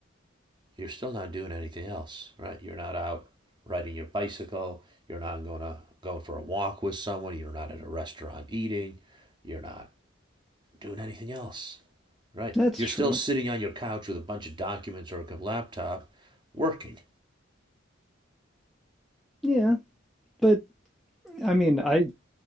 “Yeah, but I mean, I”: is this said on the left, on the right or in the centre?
Centre